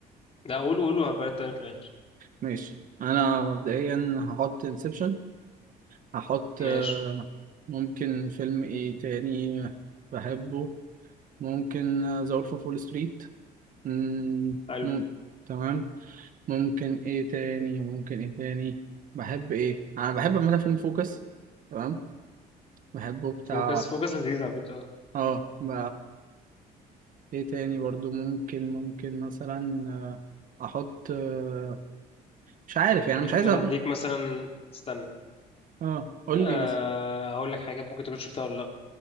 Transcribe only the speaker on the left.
لا قولوا قولوا هبقى أنا في الآخر
ماشي
حلو
فوكس فوكس لذيذ على فكرة
ممكن
أديك مثلا استنى
أه
هقول لك حاجات ممكن تكون شفتها ولا لأ